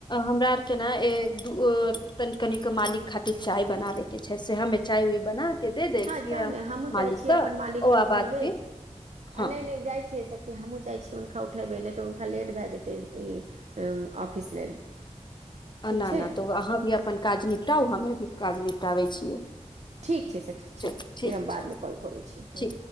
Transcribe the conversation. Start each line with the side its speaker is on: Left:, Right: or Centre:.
Left: हमरा आर के न ए ओ तनि तनिक के मालिक खातिर चाय बनाबैके छै सेएहमे चाय ओइ बना के दे दै
Right: हँ
Left: छियै
Right: जाउ ने हमू जाइ
Left: मालिक
Right: छी
Left: के
Right: अपन मालिक के
Left: ओ
Right: उठैबे
Left: आबाद पे
Right: आ
Left: हँ
Right: नय नय जाइ छियै सखी कि हमहूँ जाइ छियै हुनका उठेबै नय तऽ हुनका लेट भाय जेतै <unintelligible> ऑफिस लेल ठीक
Left: अना
Right: छै
Left: ना तऽ अहाँ भी अपन काज निपटाउ हमे भी काज निपटाबै छियै
Right: ठीक छै सखी
Left: चलू
Right: ठीक फेर हम
Left: छै
Right: बाद मे कॉल करै छी हँ
Left: ठीक